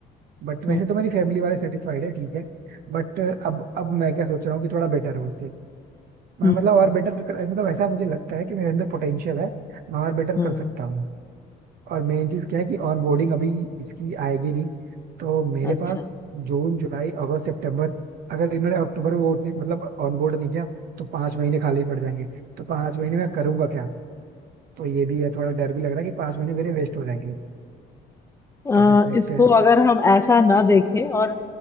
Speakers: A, on the right; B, on the left.
A: बट वैसे
B: हम्म
A: तो मेरी फैमिली वाले सेटिस्फाइड है ठीक है बट अब अब मैं क्या सोच रहा हूँ कि थोड़ा बेटर हो इससे मैं
B: हम्म
A: मतलब और बेटर कर मतलब ऐसा मुझे लगता है कि मेरे अंदर पोटेंशियल है मैं और बेटर
B: हम्म,
A: कर सकता हूँ और मेन चीज क्या है कि ऑन बोर्डिंग अभी इसकी आएगी नहीं तो मेरे
B: अच्छा
A: पास जून जुलाई अगस्त सितंबर अगर इन्होंने अक्टूबर में वोट नहीं मतलब ऑन बोर्ड नहीं किया तो पांच महीने खाली पड़ जाएंगे तो पांच महीने में करूंगा क्या तो ये भी है थोड़ा डर भी लग रहा है कि पांच महीने मेरे वेस्ट हो जाएंगे
B: अ,
A: तो फिर देखते
B: इसको
A: हैं
B: अगर हम ऐसा ना देखें और